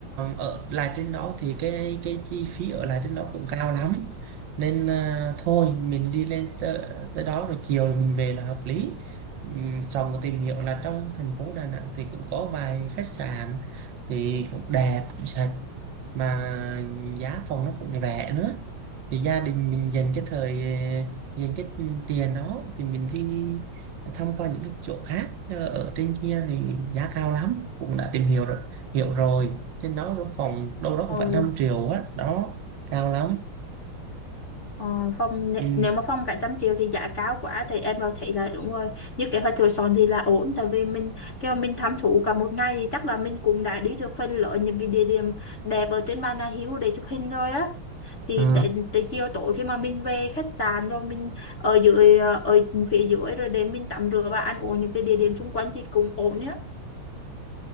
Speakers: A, on the right; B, on the left.
A: ở lại trên đó thì cái cái chi phí ở lại trên đó cũng cao lắm nên à, thôi mình đi lên tới, tới đó rồi chiều mình về là hợp lý Ừm, xong rồi tìm hiểu là trong thành phố Đà Nẵng thì cũng có vài khách sạn thì cũng đẹp cũng sạch mà giá phòng nó cũng rẻ nữa thì gia đình mình dành cái thời dành cái tiền đó thì mình đi thăm qua những cái chỗ khác Thế ở trên kia thì giá cao lắm cũng đã tìm hiểu rồi hiểu rồi trên đó cái phòng đâu đó
B: Ừ,
A: cũng phải 5 triệu á đó cao lắm
B: ờ, phòng nè-
A: ừ.
B: nếu mà phòng cả trăm triệu thì giá cao quá thì em rồi thấy là đúng rồi. Như kế hoạch của Son thì là ổn tại vì mình khi mà mình thám thú cả một ngày thì chắc là mình cũng đã đi được phần lớn những cái địa điểm đẹp ở trên Bà Nà Hills để chụp hình rồi á. thì
A: Ờ,
B: tại tại chiều tối khi mà mình về khách sạn rồi mình ở dưới ở phía dưới rồi để mình tắm rửa và ăn uống những cái địa điểm xung quanh thì cũng ổn nhá